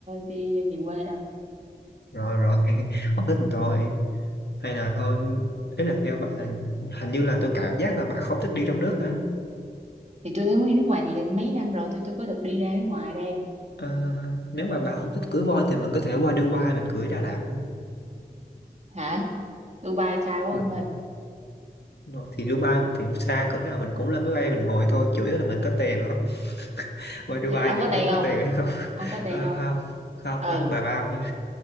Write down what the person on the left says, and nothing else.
rồi rồi <laughs> không thích thì thôi hay là thôi ý là theo bạn hình như là tôi cảm giác là bạn không thích đi trong nước hả
Ờ, nếu mà bạn không thích cưỡi voi thì mình có thể qua Dubai mình cưỡi Đà Lạt không
Mà-
rồi thì Dubai thì xa cỡ nào mình cũng lên máy bay mình ngồi thôi chủ yếu là mình có tiền không <laughs>
qua Dubai
giữa
mình có
tiền hay không
<laughs>
Ờ,
không không
không bà bao nha